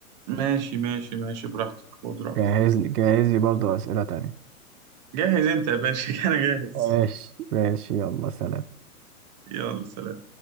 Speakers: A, on the right; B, on the right.
A: ماشي ماشي ماشي براحتك خد راحتك
B: جهز لي جهز لي برضه أسئلة تانية
A: جاهز أنت يا باشا <laughs> أنا جاهز
B: ماشي ماشي يلا سلام
A: يلا سلام